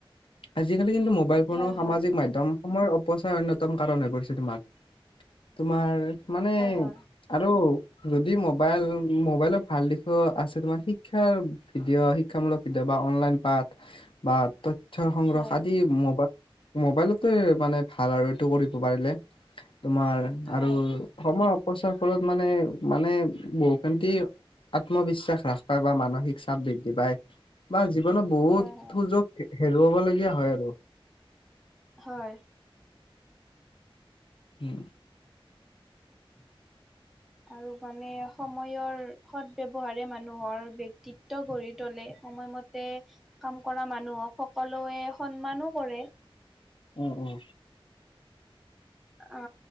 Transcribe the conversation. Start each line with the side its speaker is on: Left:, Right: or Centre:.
Left: আজিকালি কিন্তু মোবাইল ফোন
Centre: হয়
Left: সামাজিক
Centre: হয়
Left: মাধ্যম সময়ৰ অপচয় অন্যতম কাৰণ হৈ পৰিছে তোমাক তোমাৰ মানে
Centre: হয়
Left: আৰু যদি মব মোবাইল মোবাইলত ভাল দিশো আছে তোমাৰ শিক্ষাৰ ভিডিঅ' শিক্ষামূলক ভিডিঅ' বা অনলাইন পা বা ত <unintelligible> সংগ্ৰহ
Centre: হয়
Left: আদি মবাইল মোবাইলতে মানে ভাল আৰু এইটো কৰিব পাৰিলে তোমাৰ
Centre: হয় হয়
Left: আৰু সময় অপচাৰ ফলত মানে মানে বহুখিন দি আত্মবিশ্বাস হ্ৰাস পাই বা মানসিক চাপ বৃদ্ধি পায় বা জীৱনত বহুত
Centre: হয় হয়
Left: সুযোগ হেৰুৱাব লগীয়া হয় আৰু
Centre: হয়
Left: হম
Centre: <inaudible> আৰু মানে সময়ৰ সদ ব্যৱহাৰে মানুহৰ ব্যক্তিত্ব গঢ়ি তোলে <unintelligible> সময়মতে কাম কৰা মানুহক সকলোৱে সন্মানো কৰে
Left: উম উম
Centre: অ